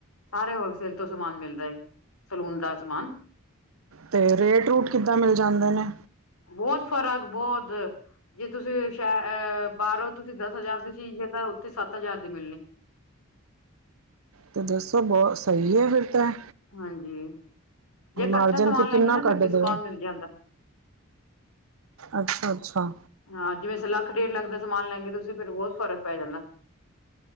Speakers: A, on the left (about 80°); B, on the right (about 70°).
A: ਸਾਰੇ ਹੋਲਸੇਲ ਤੋਂ ਸਮਾਨ ਮਿਲਦਾ ਏ, ਸਲੂਨ ਦਾ ਸਮਾਨ।
B: ਤੇ ਰੇਟ ਰੂਟ ਕਿੱਦਾਂ ਮਿਲ ਜਾਂਦੇ ਨੇ।
A: ਬੋਤ ਫਰਕ ਬੋਦ। ਜੇ ਤੁਸੀਂ ਸ਼ ਅਹ ਬਾਰੋਂ ਤੁਸੀਂ ਦਸ ਹਜ਼ਾਰ ਦੀ ਚੀਜ਼ ਤਾਂ ਓਥੇ ਸੱਤ ਹਜ਼ਾਰ ਦੀ ਮਿਲਣੀ।
B: ਤੇ ਦੱਸੋ ਬਹੁਤ ਸਈ ਏ ਫਿਰ ਤਾਂ।
A: ਹਾਂਜੀ ਜ
B: ਮਾਰਜਨ
A: ਕੱਠਾ ਸਮਾਨ
B: ਕਿੰਨਾ
A: ਲੈਂਣੇ ਨਾ ਫਿਰ
B: ਕੱਢਦੇ
A: ਡਿਸਕੋਂਟ
B: ਹੋ?
A: ਮਿਲ ਜਾਂਦਾ।
B: ਅੱਛਾ ਅੱਛਾ
A: ਹਾਂ ਜਿਵੇਂ ਅਸੀ ਲੱਖ ਡੇਢ ਲੱਖ ਦਾ ਸਮਾਨ ਲੈਗੇ ਤੁਸੀ ਫੇਰ ਬੋਤ ਫਰਕ ਪੈ ਜਾਂਦਾ।